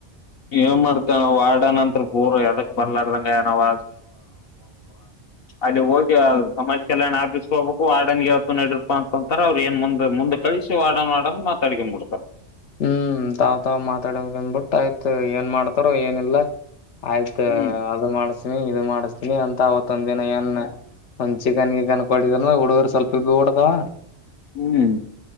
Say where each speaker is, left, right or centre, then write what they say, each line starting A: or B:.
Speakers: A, on the left (about 60°); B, on the left (about 80°).
A: ಏನ್ ಮಾಡ್ತೇವ ನ ವಾರ್ಡ ನಂತ್ರ ಪೂರ್ ಎದಕ್ ಬರ್ಲಾರಂಗ ನಬ ಅಲ್ಲಿ ಹೋಗಿ ಸಮಾಜ ಕಲ್ಯಾಣ ಆ ಹೋಗ್ಬೇಕು ವಾರ್ಡನ್ಗೆ ಅವವತ್ತು ನಡಡಿರ್ಪ ಅಂತಕಂತಾರೆ ಅವ್ರು ಏನ್ ಮುಂದ ಮುಂದ ಕಳಿಸಿ ವಾರ್ಡನ್ ವಾರ್ಡನ್ ಮಾತಾಡಕೊಂಡ್ ಬಿಡ್ತಾರೆ
B: ಹ್ಮ್ ತಾವ್ ತಾವ್ ಮಾತಾಡ ಬಂದ್ಬಿಟ್ಟ ಆಯ್ತು ಏನ್ ಮಾಡ್ತಾರೋ ಏನಿಲ್ಲ ಆಯ್ತ
A: ಹ್ಮ್
B: ಅದು ಮಾಡಸ್ತನಿ ಇದು ಮಾಡಿಸತನಿ ಅಂತ ಅವತ್ತೊಂದ ದಿನ ಏನ್ ಒಂದ್ ಚಿಕನಗೆ ಕನ್ಕೊಂಡಿದ ಹುಡುಗರು ಸ್ವಲ್ಪ ಬಿ ಬಿಡದವ
A: ಹ್ಮ್